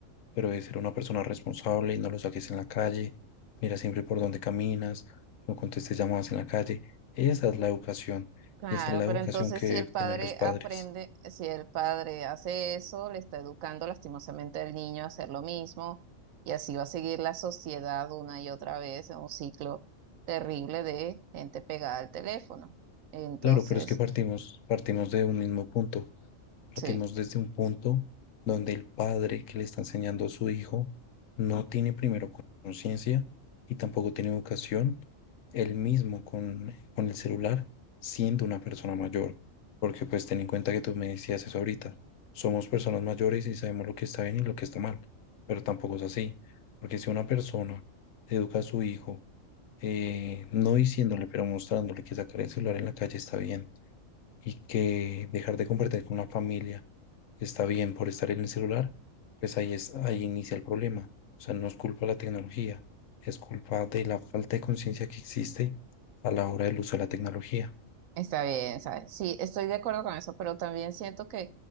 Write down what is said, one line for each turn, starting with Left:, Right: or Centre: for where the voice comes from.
Left: pero de ser una persona responsable y no lo saques en la calle, mira siempre por dónde caminas, no contestes llamadas en la calle. Esa es la educación
Right: Claro,
Left: y esa es la educación
Right: pero entonces
Left: que
Right: si
Left: deben
Right: el padre
Left: tener los padres.
Right: aprende, si el padre hace eso, le está educando lastimosamente al niño a hacer lo mismo y así va a seguir la sociedad una y otra vez en un ciclo terrible de gente pegada al teléfono. Entonces,
Left: Claro, pero es que partimos, partimos de un mismo punto.
Right: sí.
Left: Partimos desde un punto donde el padre que le está enseñando a su hijo no tiene primero conciencia y tampoco tiene educación él mismo con, con el celular siendo una persona mayor. Porque pues ten en cuenta que tú me decías eso ahorita. Somos personas mayores y sabemos lo que está bien y lo que está mal. Pero tampoco es así. Porque si una persona educa a su hijo, eh, no diciéndole, pero mostrándole que sacar el celular en la calle está bien y que dejar de compartir con la familia está bien por estar en el celular, pues ahí es, ahí inicia el problema. O sea, no es culpa de la tecnología, es culpa de la falta de conciencia que existe a la hora del uso de la tecnología.
Right: Está bien, ¿sabes? Sí, estoy de acuerdo con eso, pero también siento que